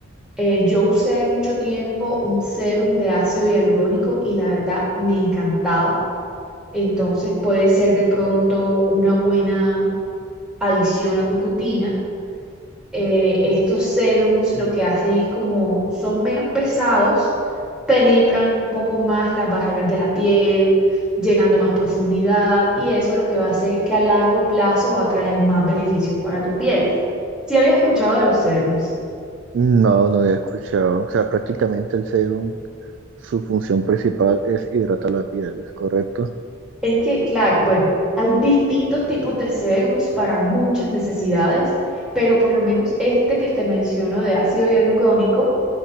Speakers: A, in the centre; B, on the right.
A: Eh, yo usé mucho tiempo un serum de ácido hialurónico y la verdad me encantaba. Entonces puede ser de pronto una buena adición a tu rutina eh, estos serums lo que hacen es como son menos pesados, penetran un poco más las barreras de la piel, llegando a más profundidad y eso lo que va a hacer es que a largo plazo va a traer más beneficios para tu piel. Si habías escuchado de los serums,
B: No, no había escuchado. O sea, prácticamente el serum, su función principal es hidratar la piel, ¿es correcto?
A: es que, claro, bueno, hay distintos tipos de serums para muchas necesidades, pero por lo menos este que te menciono de ácido hialurónico